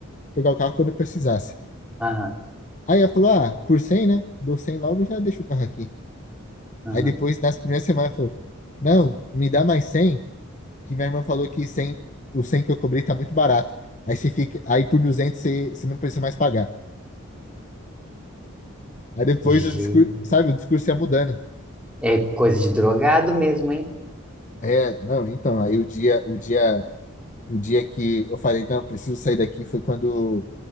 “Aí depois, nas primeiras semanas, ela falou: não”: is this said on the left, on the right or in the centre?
Left